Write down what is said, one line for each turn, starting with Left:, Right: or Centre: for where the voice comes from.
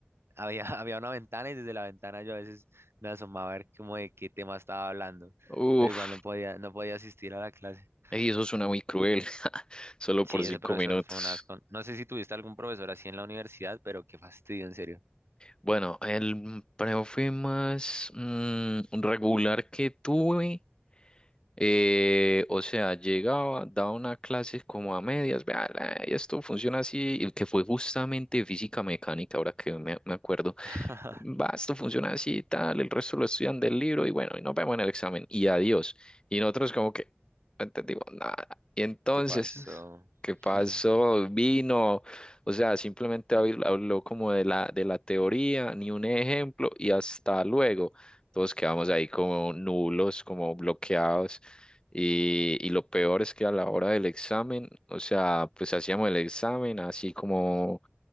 Right: había, <laughs> había una ventana y desde la ventana yo a veces me asomaba a ver como de qué tema estaba hablando,
Left: Uf,
Right: pero igual no podía, no podía asistir a la clase.
Left: ey, eso suena
Right: En-
Left: muy cruel, <laughs> solo
Right: Sí,
Left: por
Right: ese
Left: cinco
Right: profesor
Left: minutos.
Right: fue un asco. No sé si tuviste algún profesor así en la universidad, pero qué fastidio, en serio.
Left: Bueno, el profe más mm, regular que tuve, eh, o sea, llegaba, daba una clase como a medias, vea, la- esto funciona así, el que fue justamente física mecánica, ahora que me, me acuerdo.
Right: <laughs>
Left: va, esto funciona así y tal, el resto lo estudian del libro y bueno, y nos vemos en el examen y adiós. Y nosotros como que no entendimos nada. Y entonces,
Right: ¿Qué pasó?
Left: ¿qué pasó?
Right: <laughs>
Left: Vino, o sea, simplemente habl- habló como de la, de la teoría, ni un ejemplo y hasta luego. Todos quedamos ahí como nulos, como bloqueados. Y, y lo peor es que a la hora del examen, o sea, pues hacíamos el examen así como